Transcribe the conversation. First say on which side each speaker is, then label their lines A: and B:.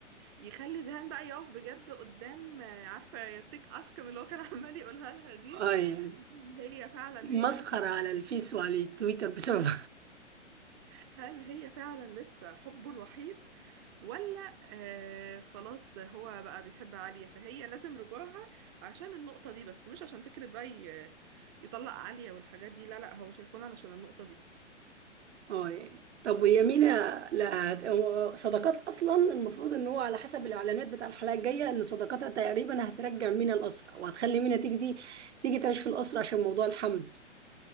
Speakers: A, on the right (about 20°); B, on the right (about 60°).
A: يخلي جيهان بقى يقف بجد قدام آه، عارفة تيك أشكم اللي هو كان <laughs> عمال يقولها لها دي
B: اه يعني
A: هل هي فعلا هي
B: مسخرة
A: لسه
B: على الفيس وعلى التويتر بسبب
A: هل هي فعلا لسه حبه الوحيد ولا آه خلاص هو بقى بيحب عالية فهي لازم رجوعها عشان النقطة دي بس مش عشان فكرة بقى ي- يطلق عالية والحاجات دي لا لا هو مش هيكون علشان النقطة دي
B: اه يعني طب ويا مينا لا هو صداقات اصلا المفروض ان هو على حسب الاعلانات بتاع الحلقه الجايه ان صداقاتها تقريبا هترجع مينا الاسرى وهتخلي مينا تيجي دي تيجي تعيش في الاسرى عشان موضوع الحمل